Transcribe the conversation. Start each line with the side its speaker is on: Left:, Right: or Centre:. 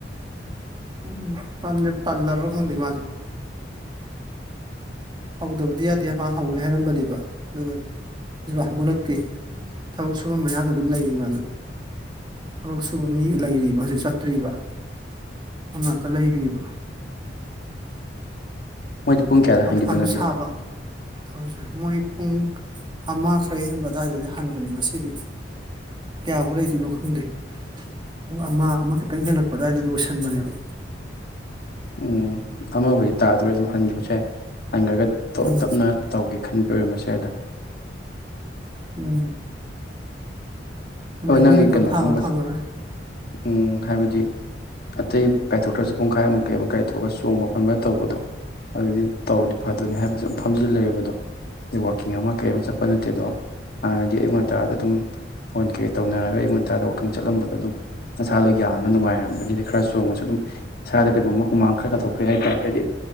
Right: <unintelligible> ꯄꯟꯗꯦ ꯄꯜꯂꯥꯕ꯭ꯔꯥ ꯈꯡꯗꯦ ꯃꯥꯖꯨ ꯍꯧꯗꯕꯗꯤ ꯌꯥꯗꯦ ꯃꯥ ꯍꯧꯅꯤ ꯍꯥꯏꯔꯝꯕꯅꯦꯕ ꯑꯗꯨꯒ ꯖꯤꯛꯕꯥꯎ ꯍꯧꯒꯠꯂꯛꯇꯦ ꯇꯕꯛ ꯁꯨꯕꯝ ꯃꯌꯥꯗ ꯑꯗꯨꯝ ꯂꯩꯔꯤ ꯃꯥꯖꯨ ꯊꯕꯛ ꯁꯨꯕ ꯃꯤ
Left: ꯎꯝ
Right: ꯂꯩꯔꯤꯕ ꯍꯧꯖꯤꯛ ꯆꯠꯇ꯭ꯔꯤꯕ ꯑꯝꯔꯀꯟ ꯂꯩꯔꯤꯕ
Left: ꯃꯣꯏꯗꯤ ꯄꯨꯡ ꯀꯌꯥꯗ
Right: ꯃꯊꯥꯖꯨ
Left: ꯍꯟꯈꯤꯗꯣꯏꯅꯣꯗꯤ
Right: ꯁꯥꯕ ꯇꯧꯔꯤꯖꯦ ꯃꯣꯏ ꯄꯨꯡ ꯑꯃ ꯈꯔ ꯍꯦꯟꯕ ꯑꯗꯏꯗꯅꯤꯅꯦ ꯍꯟꯕꯅꯦ ꯉꯁꯤꯗꯤ ꯀꯌꯥꯕꯨ ꯂꯩꯗꯣꯏꯅꯣ ꯈꯪꯗꯦ ꯄꯨꯡ ꯑꯃ ꯑꯃ ꯈꯤꯇꯪ ꯍꯦꯜꯂꯛꯄ ꯑꯗꯥꯏꯗ ꯂꯣꯏꯁꯟꯕꯅꯦꯕ
Left: ꯎꯝ ꯑꯃꯕꯨꯗꯤ ꯇꯥꯗꯣꯔꯦ ꯑꯗꯨꯝ ꯍꯟꯒꯤꯕꯖꯨ ꯌꯥꯏ ꯍꯟꯒ꯭ꯔꯒ ꯇꯣꯛꯑ-ꯇꯞꯅ
Right: ꯎꯝ
Left: ꯇꯧꯒꯦ ꯈꯟꯕꯩ ꯑꯣꯏꯔꯝꯕꯁꯨ ꯌꯥꯏꯗ
Right: ꯎꯝ ꯑꯗꯒꯤꯗꯤ
Left: ꯑꯣ ꯅꯪꯒꯤ ꯀꯩꯅꯣ
Right: ꯄꯣꯊꯥꯕ
Left: ꯀꯨꯝꯕꯗ
Right: ꯐꯪꯉꯔꯣꯏ
Left: ꯎꯝ ꯍꯥꯏꯕꯗꯤ ꯑꯇꯩ ꯀꯥꯏꯊꯣꯛꯇ꯭ꯔꯖꯨ ꯄꯨꯡꯈꯥꯏꯃꯨꯛ ꯀꯩ ꯑꯃꯨꯛ ꯀꯥꯏꯊꯣꯛ ꯑꯨꯔ ꯆꯣꯡꯕ ꯐꯟꯕ ꯇꯧꯕꯗꯣ ꯑꯗꯨꯗꯤ ꯇꯧꯔꯗꯤ ꯐꯗꯣꯏꯅꯦ ꯍꯥꯏꯕꯗꯤ ꯑꯝ ꯐꯝꯖꯤꯜ ꯂꯩꯕꯗꯣ ꯋꯥꯛꯀꯤꯡ ꯑꯃ ꯀꯩꯃ ꯆꯠꯄ ꯅꯠꯇꯦꯗꯣ ꯍꯥꯟꯅꯗꯤ ꯑꯌꯨꯛ ꯉꯟꯇꯥꯗ ꯑꯗꯨꯝ ꯐꯣꯟ ꯀꯩ ꯇꯧꯅꯔꯒ ꯑꯌꯨꯛ ꯉꯟꯇꯥꯗ ꯋꯥꯛꯀꯤꯡ ꯆꯠꯂꯝꯕꯗꯣ ꯑꯗꯨꯝ ꯅꯁꯥꯗꯣ ꯌꯥꯡꯉ ꯅꯨꯡꯉꯥꯏꯔꯝꯕꯅꯤꯗ ꯈꯔ ꯆꯣꯡꯉꯁꯨ ꯑꯗꯨꯝ ꯏꯁꯥꯗ ꯀꯩꯅꯣꯝꯃ ꯍꯨꯃꯥꯡ ꯈꯔ ꯇꯥꯊꯣꯛꯈ꯭ꯔꯦ ꯍꯥꯏꯇꯥꯔꯒꯗꯤ